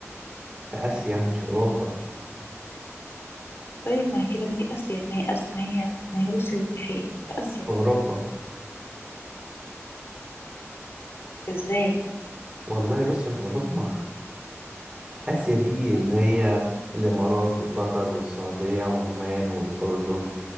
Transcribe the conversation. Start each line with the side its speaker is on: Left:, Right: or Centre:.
Right: في آسيا مش أوروبا
Left: طيب ما هي كده دي آسيا ما هي آسيا ما هي ما هي روسيا دي فين في آسيا
Right: في أوروبا
Left: ازاي
Right: والله روسيا في أوروبا <laughs> آسيا دي اللي
Left: اه
Right: هي الإمارات وقطر والسعودية وعمان والأردن